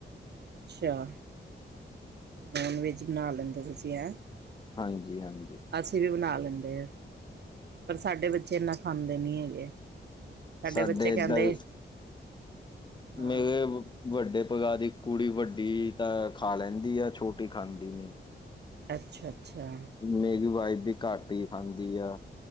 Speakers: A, on the right; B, on the left.
A: ਅੱਛਾ, ਨੋਨ ਵੈਜ ਬਣਾ ਲੈਂਦੇ ਓ ਤੁਸੀਂ ਐ?
B: ਹਾਂਜੀ-ਹਾਂਜੀ।
A: ਅਸੀਂ ਵੀ ਬਣਾ ਲੈਂਦੇ, ਪਰ ਸਾਡੇ ਬੱਚੇ ਇਨਾ ਖਾਂਦੇ ਨੀ ਹੈਗੇ।
B: ਸਾਡੇ
A: ਬੱਚੇ ਕਹਿੰਦੇ
B: ਏਧਲ
A: ਹਾਂ
B: ਮੇਰੇ ਵੱਡੇ ਭਰਾ ਦੀ ਕੁੜੀ ਵੱਡੀ ਤਾਂ ਖਾ ਲੈਂਦੀ ਆ ਛੋਟੀ ਖਾਂਦੀ ਨੀ।
A: ਅੱਛਾ-ਅੱਛਾ।
B: ਮੈਗੀ ਵਾਈਫ ਵੀ ਘੱਟ ਹੀ ਖਾਂਦੀ ਆ।